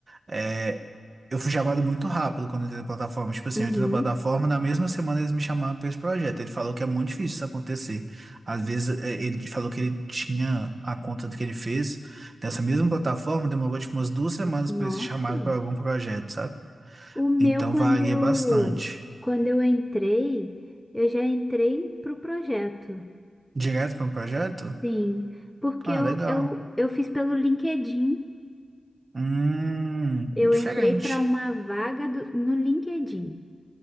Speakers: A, on the right; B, in the centre.
A: é, Eu fui chamado muito rápido quando eu entrei na plataforma. Tipo assim,
B: Uhum.
A: eu entrei na plataforma, na mesma semana eles me chamaram para esse projeto. Ele falou que é muito difícil isso acontecer. Às vezes, eh, ele falou que ele tinha a conta que ele fez dessa mesma plataforma, demorou tipo umas duas semanas
B: Nossa.
A: para esse chamado para algum projeto, sabe?
B: O meu,
A: Então
B: quando
A: varia
B: eu,
A: bastante.
B: quando eu entrei, eu já entrei pro projeto,
A: Direto para um projeto?
B: sim, porque
A: Ah,
B: eu,
A: legal.
B: eu, eu fiz pelo LinkedIn,
A: Hum,
B: eu
A: diferente.
B: entrei para uma vaga do- no LinkedIn,